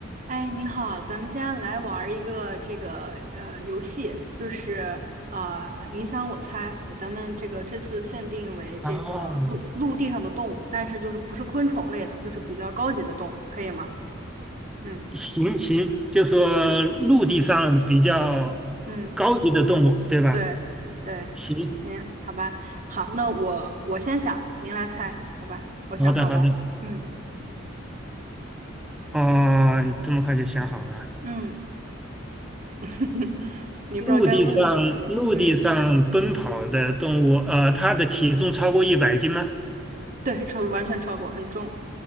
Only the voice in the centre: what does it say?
哦，
行行，就说陆地上比较
高级的动物，对吧？
行，
好的好的，
哦，你这么快就想好了。
陆地上陆地上奔跑的动物，
呃，它的体重超过一百斤吗？